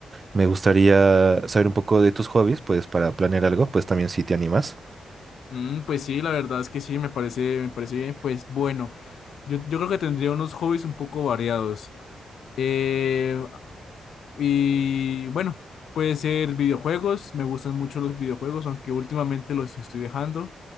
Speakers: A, on the right; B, on the left.
A: me gustaría saber un poco de tus hobbies, pues para planear algo, pues también si te animas.
B: Mm, pues sí, la verdad es que sí, me parece, me parece bien. Pues bueno, yo, yo creo que tendría unos hobbies un poco variados. Eh, y bueno, puede ser videojuegos. Me gustan mucho los videojuegos, aunque últimamente los estoy dejando.